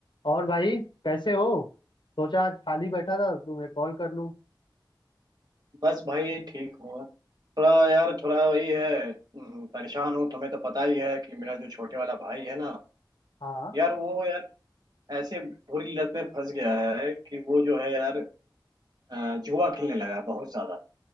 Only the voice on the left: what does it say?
और भाई कैसे हो सोचा आज खाली बैठा था तुम्हें कॉल कर लूं
हाँ